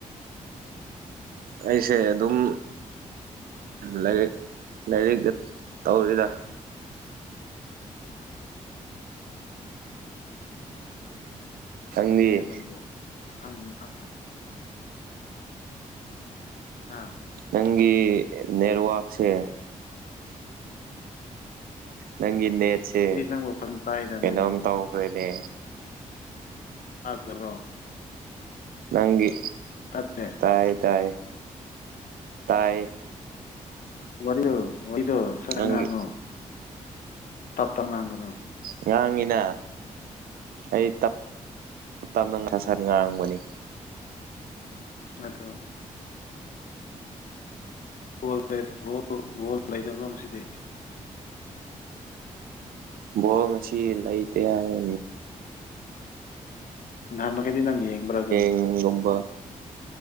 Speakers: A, on the right (about 75°); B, on the left (about 65°).
A: ꯑꯩꯁꯦ ꯑꯗꯨꯝ꯫ ꯂꯥꯏꯔꯤꯛ ꯂꯥꯏꯔꯤꯛ ꯇꯧꯔꯤꯗ꯫ ꯅꯪꯗꯤ
B: ꯅꯤꯒꯦ ꯅꯪꯕꯣ ꯈꯪꯅꯤ ꯈꯪꯉꯣ ꯍꯥꯥ
A: ꯅꯪꯒꯤ ꯅꯦꯠꯋꯥꯔꯛꯁꯦ ꯅꯪꯒꯤ ꯅꯦꯠꯁꯦ
B: ꯑꯩꯗꯤ ꯅꯪꯕꯨ ꯐꯖ ꯇꯥꯏꯗ
A: ꯀꯩꯅꯣꯝ
B: ꯅꯪꯒꯤꯗꯣ
A: ꯇꯧꯈ꯭ꯔꯦꯅꯦ
B: ꯆꯥꯖꯕ꯭ꯔꯣ
A: ꯅꯪꯒꯤ
B: ꯇꯥꯗꯦ
A: ꯇꯥꯏ ꯇꯥꯏ ꯇꯥꯏ
B: ꯋꯥꯔꯨ ꯑꯣꯏꯗꯣ ꯁꯔꯒꯥꯉꯨ
A: ꯅꯪꯒꯤ
B: ꯇꯞꯇ ꯉꯒꯅꯨ
A: ꯉꯥꯡꯉꯤꯅ ꯑꯩꯞ ꯇꯞꯅ ꯁꯥ ꯁꯟ ꯉꯥꯡꯕꯅꯤ
B: ꯑꯣ ꯣ ꯕꯣꯜ ꯂꯩꯗꯕ꯭ꯔꯣ ꯉꯁꯤꯗꯤ
A: ꯕꯣ ꯉꯁꯤ ꯂꯩꯇ ꯍꯥꯏ
B: ꯅꯍꯥꯟ ꯃꯈꯩꯗꯤ ꯅꯪ ꯌꯦꯡꯕ꯭ꯔꯥ ꯑꯗꯨꯝ
A: ꯎꯝꯒꯝꯕ